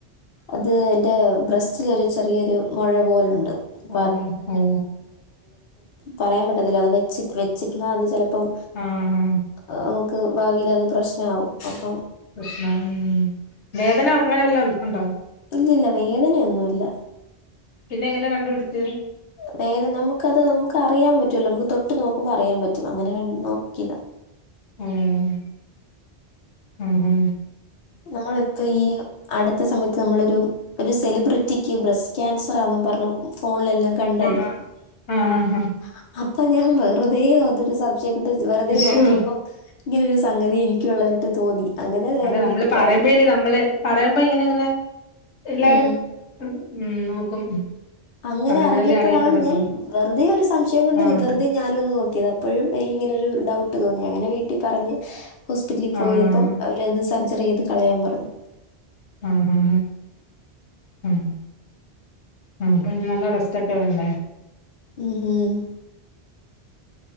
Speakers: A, on the left; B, on the left.
A: അത് എന്റെ ബ്രസ്റ്റില് ഒരു ചെറിയൊരു മുഴ പോലുണ്ട്. <unintelligible>
B: ഓ ഓ
A: പറയാൻ പറ്റത്തില്ല അത് വെച്ചി വെച്ചിരുന്ന അത് ചെല. ഇപ്പം
B: ആ ആ
A: ആ ക്ക് ഭാവീലത് പ്രശ്നാവും അപ്പം
B: പ്രശ്നാ മ്മ് വേദന അങ്ങനെ വല്ലോ. ഉണ്ടോ
A: ഇല്ലല്ല വേദനെയൊന്നുല്ല
B: പിന്നെ എങ്ങനെ കണ്ടുപിടിചേ
A: വേദന നമുക്ക അത് നമുക്ക് അറിയാൻ പറ്റൂല്ലോ നമുക്ക് തൊട്ട് നോക്കുമ്പോൾ അറിയൻ പറ്റും അങ്ങനെ നോക്കിയതാ
B: മ്മ് മ്മ്മ്
A: ഞങ്ങള് ഇപ്പ ഈ അടുത്ത സമയത്ത് ത്ത് അമ്മളൊരു ഒരു സെലിബ്രിറ്റിക്ക് ബ്രസ്റ്റ് ക്യാൻസ് റാ ന്നും പർഞ് ഫോൺ ഫോണിലെല്ലാം കണ്ടല്ലോ
B: ആഹ് ആഹ് ആഹ്
A: അപ് അപ്പ ഞാ വെറുതെ അതൊരു സമ് വെറുതെ
B: ആഹ് ശോ
A: നോക്കിയപ്പോ ഇങ്ങനൊരു സ് സംഗതി എനക്കുള്ളതായിട്ട് തോന്നി അങ്ങനെ നേരെ
B: അതെ നമ്മള്
A: വീട്ടിൽ
B: പറയുമ്പോഴല്ലേ
A: പറഞ്ഞു
B: നമ്മള് പറയുമ്പോ ഇങ്ങനെ ഇങ്ങനെ എല്ലാരും
A: ഉം
B: മ്മ് നോക്കും
A: അങ്ങനെ
B: പറയുമ്പോഴല്ലേ
A: അറിഞ്ഞപ്പഴാണ്
B: അറിയാൻ പറ്റത്തുള്ളൂ
A: ഞാൻ വെറുതെ ഒരു സംശയം കൊണ്ട്
B: ആഹ്
A: വെറുതെ ഞാനു ഒന്ന് നോക്കിയതാ അപ്പഴും എനിക്കിങ്ങനെയൊര് ഡൗട്ട് തോന്നി അങ്ങനെ വീട്ടിൽ പറഞ് ഹോസ്പിറ്റലിൽ പോയിയപ്പം
B: ആഹ്
A: അവര്ത് സർജറി ചെയ് കളയാൻ പറഞ്ഞു
B: ആ ആ ആ അപ്പ ഇഞ് നല്ല റെസ്റ്റൊക്കെ വേണ്ടേ.
A: മം മം